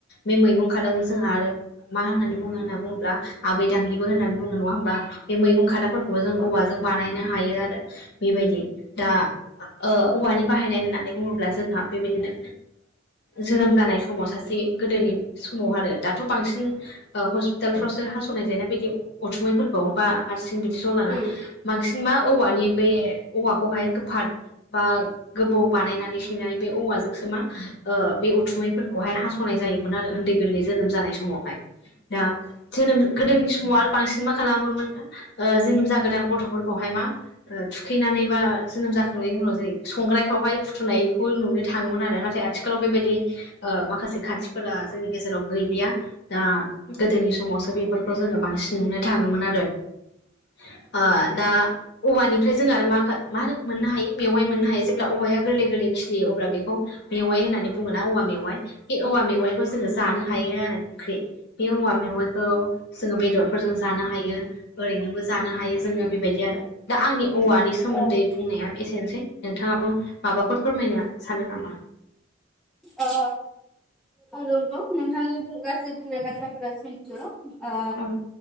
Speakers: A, on the left; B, in the centre.
A: बे मैगं खादाखौ जों आरो मा होननानै बुङो होनना बुङोब्ला आबै दांगिबो होननानै बुङो नङा होमबा। बे मैगं खादाफोरखौबो जों औवाजों
B: औ
A: बानायनो हायो आरो। बेबायदि। दा ओ औवानि बाहायनाय होननानै बुङोब्ला जोंहा बेबायदिनो जोनोम जानाय समाव सासे गोदोनि समाव आरो दाथ' बांसिन हस्पिटालफ्रावसो हास'नाय जायोना बि उथुमैफोरखौ बा हारसिं बिदि जलाङो।
B: उम
A: बांसिन मा औवानि बे औवाखौहाय गोफाद बा गोबौ बानायनानै सैनानै बे औवाजोंसो मा ओ बे उथुमैफोरखौहाय हास'नाय जायोमोन ओन्दै गोरलै जोनोम जानाय समावहाय। दा जोनोम गोदोनि समाव आरो बांसिन मा खालामोमोननो ओ जोनोम जागोदान गथ'फोरखौहाय मा ओ थुखैनानै बा जोनोम जाखांनायनि उनाव जेरै संग्रायफ्रावहाय फुथुनायखौ नुनो थाङोमोन आरो नाथाय आथिखालाव बेबायदि ओ माखासे खान्थिफोरा जोंनि गेजेराव गैलिया। दा गोदोनि समावसो बेफोरखौ जोङो बांसिन नुनो थाङोमोन आरो। ओ दा औवानिफ्राय जों आरो मा मा मोननो हायो मेवाइ मोननो हायो जेब्ला औवाया गोरलै गोरलै खिलियो अब्ला बेखौ मेवाइ होन्नानै बुङोना औवा मेवाइ बे औवा मेवाइखौ जोङो जानो हायो आरो ओंख्रि। बे औवा मेवाइखौ जोङो बेदर फोरजों जानो हायो ओरैनोबो जानो हायो जोङो बेबायदि आरो। दा आंनि औवानि सोमोन्दै
B: औ औ ओ
A: बुंनाया एसेनोसै नोंथाङाबो माबाफोर फोरमायनो सानदों नामा?
B: अ नंगौ नोंथांनि गासै बुंनाय बाथ्राफोरा सैथो। ओ
A: औ